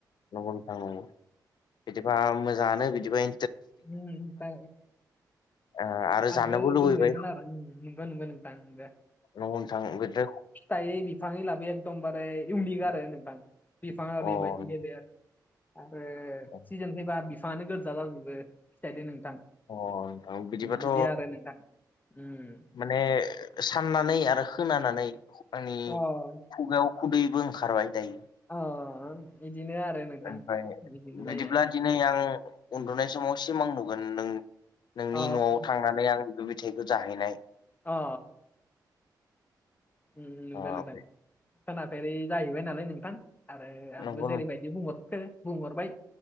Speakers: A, on the left; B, on the left.
A: नोंनो थांनांगौ बिदि बा मोजाङानो बिदिबाय
B: माबलाबबा
A: ओ आरो
B: आंबो
A: जानोबो लुबैबाय
B: गोमोयोमोन आरो नंगौ नंगौ नों थांगौ
A: नगुसां बोदो
B: फिथाइै बिफाङै लाबोयो एखदमबारे इउनिक आरो नोंथां। बिफां ओरैबायायदि
A: अ
B: गेदेर आरो
A: अ
B: सिजोन फैबा बिफाङानो गोजा जाजोबो फिथदो नोंथां
A: नोंथां बिदिबाथ'
B: मिदिया आरो नोंथां उम।
A: माने साननानै आरो खानानै आंनि
B: अ
A: खुगायाव खुदैबो ओंखारबाय दायो
B: अ इदिनो आरो। नोंथां
A: ओमफ्राय
B: बिदिनो
A: बिदिब्ला
B: जायो
A: दिनै आं उन्दुनाय समाव सिमां नुगोन नों नोंनि
B: अ
A: न'आव थांनानै आं बे बिथाइखौ जाहैनाय।
B: अ उम नंगौ
A: अ
B: नोंथां
A: बे
B: खोनाफेरै जाहैबाय नालाय नोंथां। आरो आंबो
A: नंगौ
B: जेरैबायदि
A: नोंथां
B: बुंहरफेर बुंहरबाय